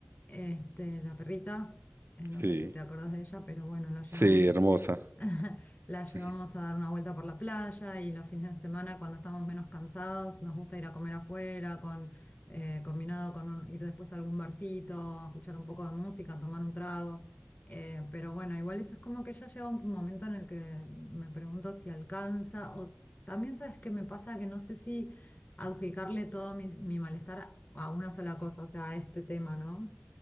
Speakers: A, on the left; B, on the right.
A: este, la perrita, eh, no
B: Sí,
A: sé si te acordás de ella, pero bueno, la llevamos
B: sí, hermosa.
A: <laughs> La llevamos
B: <laughs>
A: a dar una vuelta por la playa y los fines de semana, cuando estamos menos cansados, nos gusta ir a comer afuera, con, eh, combinado con un- ir después a algún barcito, escuchar un poco de música, tomar un trago. Eh, pero bueno, igual eso es como que ya llega un momento en el que me pregunto si alcanza o también sabes qué me pasa que no sé si adjudicarle todo mi, mi malestar a una sola cosa, o sea, a este tema, ¿no?